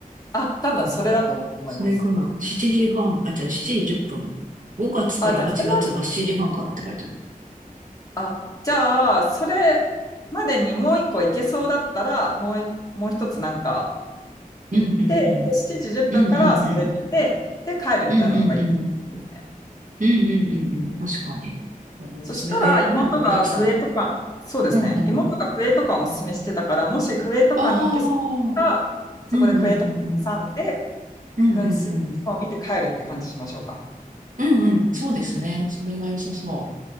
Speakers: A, on the left; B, on the right.
A: あ、多分それだと思います。
B: それかな ?7 時半、あ、じゃあ時10分。5月から8月は7時半からって書いてある。
A: あ、じゃあ、それは、あ、じゃあ、それまでにもう一個行けそうだったら、もうい、もう一つなんか
B: うんうんうん。
A: 行って、で、7時10分からそれ見て、
B: うんうんうん。
A: で、帰るみたいなのがいいですね。
B: うんうんうん。うんうんうんうん。確かに。いやもうそれで盛りだくさん。
A: そしたら、妹がクエとか、そうですね。
B: うんうん。
A: 妹がクエとかをおすすめしてたから、もしクエとかに行けそうだったら、
B: ああ。
A: そこでクエとか挟んで、
B: うんうんうんうん。うんうんうん。
A: 噴水を見て帰るって感じしましょうか。
B: うんうん。そうですね。それが良さそ